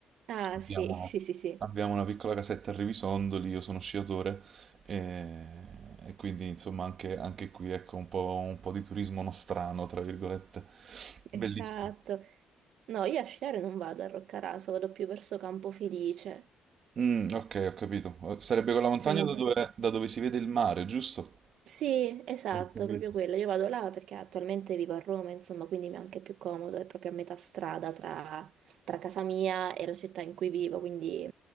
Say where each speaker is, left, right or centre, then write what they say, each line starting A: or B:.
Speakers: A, on the right; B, on the right.
A: Ah,
B: abbiamo,
A: sì, <laughs> sì, sì, sì.
B: abbiamo una piccola casetta a Rivisondoli, io sono sciatore e, e quindi insomma anche, anche qui ecco un po', un po' di turismo nostrano, tra virgolette.
A: Esatto.
B: Bellissimo.
A: No, io a sciare non vado a Roccaraso, vado più verso Campofelice.
B: Mm, ok, ho capito. Eh, Sarebbe quella montagna
A: Cioè, non
B: da
A: so
B: dove,
A: se...
B: da dove si vede il mare, giusto?
A: Sì, esatto,
B: Ho capito.
A: proprio quella. Io vado là perché attualmente vivo a Roma, insomma, quindi mi è anche più comodo, è proprio a metà strada tra, tra casa mia e la città in cui vivo, quindi